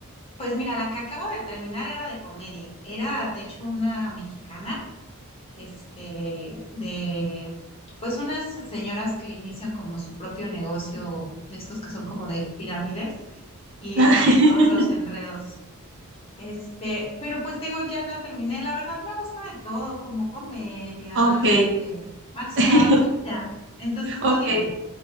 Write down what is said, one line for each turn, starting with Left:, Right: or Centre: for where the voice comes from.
Left: Pues mira, la que acabo de terminar era de comedia. Era de hecho una mexicana, este, de pues unas señoras que inician como su propio negocio de estos que son como de pirámides y
Right: <laughs>
Left: hay todos los enredos. Este, pero pues te digo, ya la terminé. La verdad me gusta de todo, como comedia,
Right: Ok,
Left: este, acción,
Right: <laughs>
Left: lo que sea. Entonces
Right: ok.
Left: tú dime.